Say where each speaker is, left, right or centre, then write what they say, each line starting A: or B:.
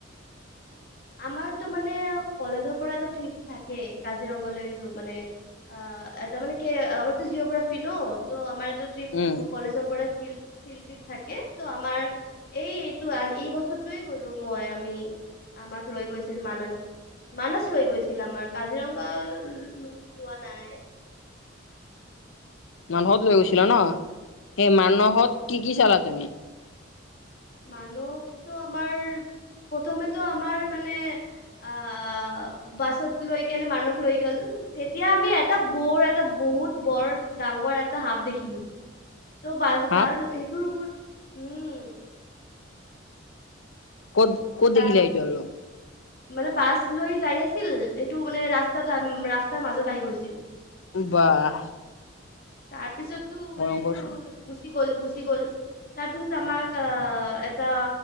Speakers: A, on the left; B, on the left.
A: উম। আমাৰতো মানে কলেজৰ পৰা এটা ট্ৰিপ থাকে কাজিৰঙা লৈ যোৱা মানে অ তামানে কি আমাৰতটো জিঅগ্ৰাফি ন ত আমাৰ্ৰপ
B: উম
A: কলেজৰ পৰা ফিল ফিল্ডটিত থাকে ত আমাৰ এই এইটো আজ এই বছৰটোৱে গলো মই আমি আমাক লৈ গৈছিল মানে মানস লৈ গৈছিল আমাৰ কাজিৰঙা যোৱা নাই
B: মানাহত লৈ গৈছিলা ন সেই মানাহত
A: অ'
B: কি কি চালা তুমি?
A: মানুহটো আমাৰ প্ৰথমেতো আমাৰ মানে আহ বাছত লৈ কেনে মানুক লৈ গ'ল তেতিয়া আমি এটা বৰ এটা বহুত বৰ ডাঙৰ এটা সাপ দেখিলো। ত'
B: সাপ
A: তাৰ সেইটোৰ ওপৰত হম।
B: ক'ত ক'ত
A: তাৰ
B: দেখিলে আহিটো আৰু
A: মানে বাছ লৈ যাই আছিল এইটো মানে ৰাস্তাত ৰাস্তাৰ মাজত আহি গৈছিল
B: বাহ
A: তাৰপিছতো মানে
B: ভয়ংকৰ
A: সেইটো
B: চোন
A: গুচি গ'ল গুচি গ'ল তাৰপিছত আমাক অ এটা